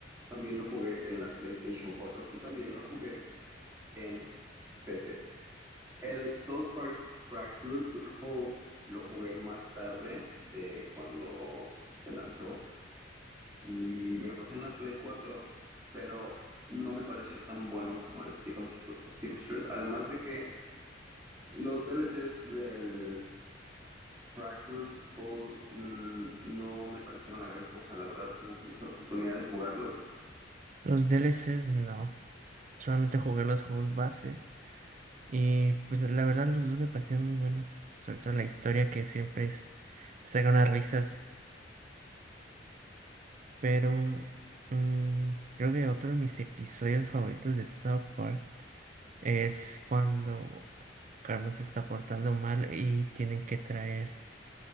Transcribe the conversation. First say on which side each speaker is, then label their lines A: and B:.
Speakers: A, on the right; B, on the right.
A: También lo jugué en la PlayStation 4 y también lo jugué en PC. El South Park Fractured But Whole lo jugué más tarde de cuando se lanzó y me lo pasé en la Play cuatro pero no me pareció tan bueno como el Stick of, Stru- Stick of Truth. Además de que los DLCs del Fractured Hold mm, no me parecieron la gran cosa, la verdad, tú tuviste la oportunidad de jugarlos.
B: Los DLCs no, solamente jugué los juegos base y pues la verdad los dos me parecieron muy buenos, sobre todo la historia que siempre es te saca unas risas Pero mm, creo que otro de mis episodios favoritos de South Park es cuando Carmen se está portando mal y tienen que traer